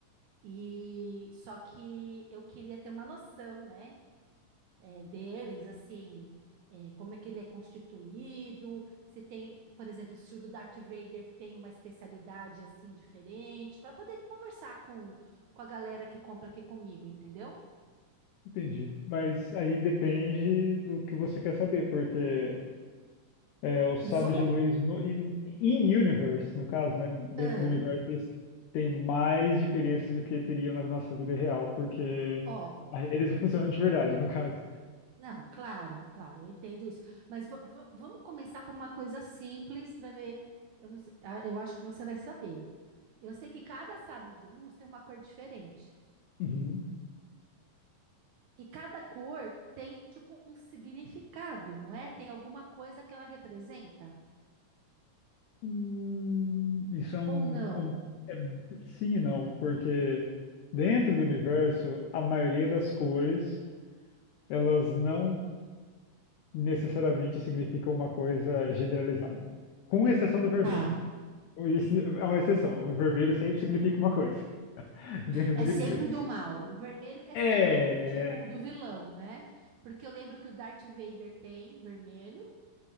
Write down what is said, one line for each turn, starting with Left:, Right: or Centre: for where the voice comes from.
Right: e só que eu queria ter uma noção, né, é, deles, assim, é, como é que ele é constituído, se tem, por exemplo, se o do Darth Vader tem uma especialidade assim diferente, para poder conversar com com a galera que compra aqui comigo, entendeu?
Left: Entendi. Mas aí depende do que você quer saber, porque é, os
Right: Vamos.
Left: sabres de luz no, in, in universe, no caso, né? Dentro
Right: Ah,
Left: do universo, eles têm mais diferenças do que teriam na nossa vida real, porque
Right: Ó,
Left: eles não funcionam de verdade, no caso.
Right: Não, claro, claro, eu entendo isso. Mas va- va- vamos começar por uma coisa simples para ver. Eu não sei- ah, eu acho que você vai saber. Eu sei que cada sabre de luz tem uma cor diferente.
Left: Uhum.
Right: E cada cor tem, tipo, um significado, não é? Tem alguma coisa que ela representa?
Left: Hum, Isso é um,
Right: Ou não?
Left: é um- é sim e não, porque dentro do universo, a maioria das cores, elas não necessariamente significam uma coisa generalizada, com exceção do vermelho.
Right: Tá.
Left: Isso é uma exceção, o vermelho sempre significa uma coisa <laughs> dentro
Right: É
Left: do universo.
Right: sempre do mal. O vermelho é sempre,
Left: É,
Right: tipo, do vilão, né? Porque eu lembro que o Darth Vader tem vermelho.